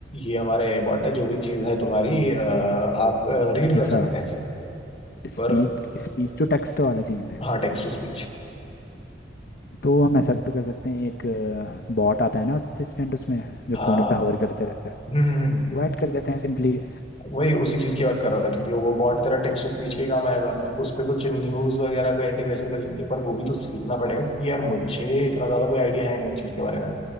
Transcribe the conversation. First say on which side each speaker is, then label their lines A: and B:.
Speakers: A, on the left; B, on the left.
A: ये हमारा एआई बॉट है जो भी चीज़ है तुम्हारी अ, आप रीड कर
B: अच्छा
A: सकते हैं इसे
B: स्पीच
A: पर
B: स्पीच टू टेक्स्ट वाला सीन है
A: हाँ टेक्स्ट टू स्पीच
B: तो हम ऐसा भी तो कर सकते हैं एक बॉट आता है ना असिस्टेंट उसमें जो
A: हाँ
B: कोने पे हवर करते रहता है
A: हम्म हम्म,
B: वो ऐड कर देते हैं सिंपली
A: वही उसी चीज़ की बात कर रहा था क्योंकि वो बॉट तेरा टेक्स्ट टू स्पीच के ही काम आएगा उस पर कुछ न्यूज़ वगैरह का इंटीग्रेशन कर लेंगे पर वो भी तो सीखना पड़ेगा क्योंकि यार मुझे इतना ज़्यादा कोई आइडिया है नहीं उस चीज़ के बारे में